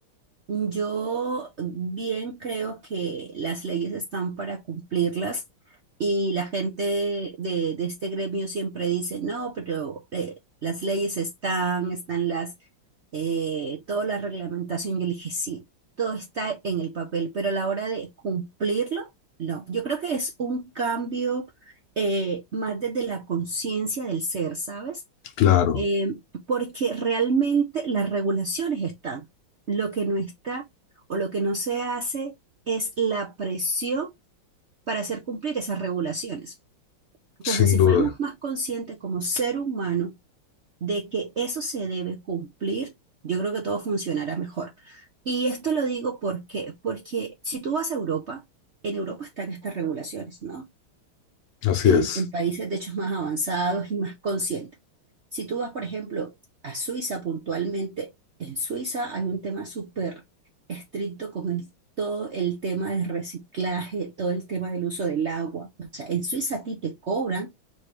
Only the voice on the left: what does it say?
Claro,
sin
duda,
así
es,